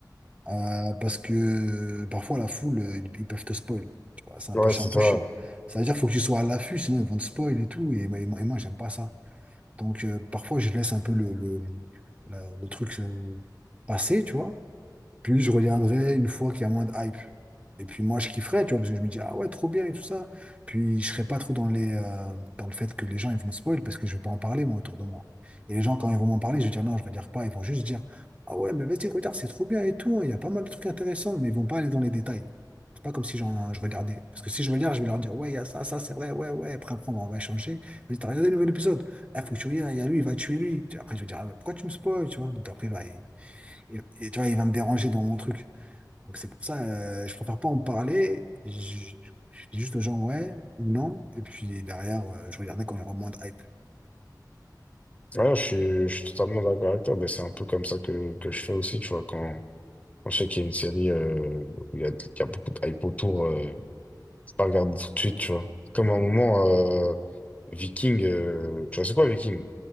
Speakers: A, on the right; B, on the left.
A: euh, parce que parfois, la foule, euh, ils, ils peuvent te spoil, tu vois, c'est un
B: Ouais,
A: peu, c'est
B: c'est
A: un peu
B: ça.
A: chiant. Ça veut dire qu'il faut que tu sois à l'affût, sinon ils vont te spoil et tout, et, moi- et moi, et moi, j'aime pas ça. Donc, euh, parfois, je laisse un peu le, le, la- le truc euh, passer, tu vois. Puis je regarderai une fois qu'il y a moins de hype. Et puis moi, je kifferais, tu vois, parce que je me dis, ah ouais, trop bien et tout ça. Puis je serais pas trop dans les, euh, dans le fait que les gens, ils vont me spoil parce que je vais pas en parler, moi, autour de moi. Et les gens, quand ils vont m'en parler, je vais dire, non, je regarde pas. Ils vont juste dire, ah ouais, mais vas-y, regarde, c'est trop bien et tout. hein. Il y a pas mal de trucs intéressants, mais ils vont pas aller dans les détails. C'est pas comme si j'en, je regardais. Parce que si je regarde, je vais leur dire, ouais, il y a ça, ça, c'est vrai, ouais, ouais. Après, après, on va on va échanger. Je vais dire, t'as regardé le nouvel épisode? Ah, faut que tu regardes, il y a lui, il va tuer lui. Après, je vais dire, ah, mais pourquoi tu me spoil, tu vois? Donc après, bah, et, et tu vois, il va me déranger dans mon truc. Donc c'est pour ça, euh, je préfère pas en parler. Je, je dis juste aux gens ouais ou non. Et puis derrière, euh, je regardais quand il y aura moins de hype.
B: Ouais, je suis, je suis totalement d'accord avec toi. ben c'est un peu comme ça que, que je fais aussi, tu vois, quand, quand je sais
A: Mm.
B: qu'il y a une série euh, où il y a, il y a beaucoup de hype autour, euh, je pas regarder tout de suite, tu vois. Comme à un moment, euh, Viking, euh, tu vois, c'est quoi Viking?